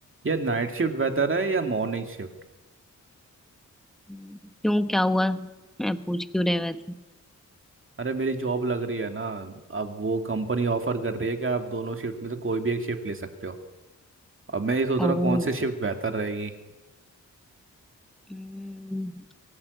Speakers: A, on the right; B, in the centre.
A: यार night shift बेहतर है या मॉर्निंग शिफ्ट
B: क्यों क्या हुआ मैं पूछ क्यों रहे वैसे
A: अरे मेरी जॉब लग रही है ना अब वो कंपनी ऑफर कर रही है कि आप दोनों शिफ्ट में से कोई भी एक शिफ्ट ले सकते हो अब मैं ये सोच
B: ओह
A: रहा हूँ कौन सी शिफ्ट बेहतर रहेगी
B: हम्म,